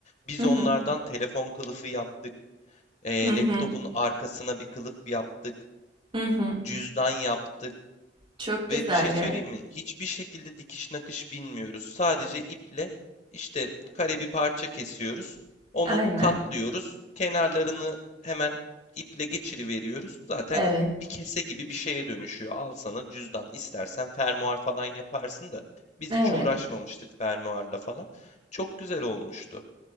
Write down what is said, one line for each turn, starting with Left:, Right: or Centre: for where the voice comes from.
Left: biz
Right: Hı hı.
Left: onlardan telefon kılıfı yaptık. ee,
Right: Hı hı.
Left: laptopun arkasına bir kılıf yaptık.
Right: Hı hı.
Left: Cüzdan yaptık.
Right: Çok güzel
Left: Ve bir şey
Right: ya.
Left: söyleyeyim mi? Hiçbir şekilde dikiş nakış bilmiyoruz. Sadece iple işte kare bir parça kesiyoruz.
Right: <laughs>
Left: Onu
Right: Aynen.
Left: katlıyoruz. Kenarlarını hemen iple geçiriveriyoruz. Zaten
Right: Evet.
Left: bir kese gibi bir şeye dönüşüyor. Al sana cüzdan. İstersen fermuar falan yaparsın da biz
Right: Evet.
Left: hiç uğraşmamıştık fermuarla falan. Çok güzel olmuştu.